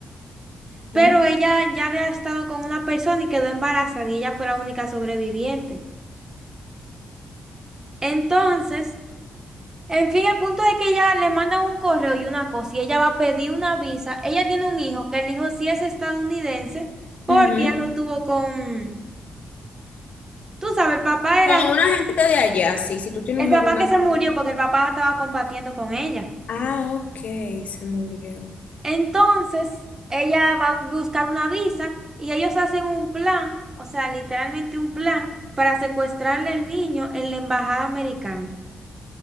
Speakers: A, on the right; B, on the left.
A: Pero
B: Oh,
A: ella ya había estado con una persona y quedó embarazada y ella fue la única sobreviviente. Entonces, En fin, el punto es que ella le mandan un correo y una cosa, y ella va a pedir una visa. Ella tiene un hijo, que el hijo sí es estadounidense, porque
B: ujú.
A: ella lo tuvo con... Tú sabes, el papá
B: Con
A: era...
B: una gente de allá, sí. Si tú tienes
A: El
B: un hijo
A: papá
B: con
A: que
B: alguien.
A: se murió porque el papá estaba combatiendo con ella.
B: Ah, ok, se murió.
A: Entonces, ella va a buscar una visa y ellos hacen un plan, o sea, literalmente un plan para secuestrarle el niño en la embajada americana.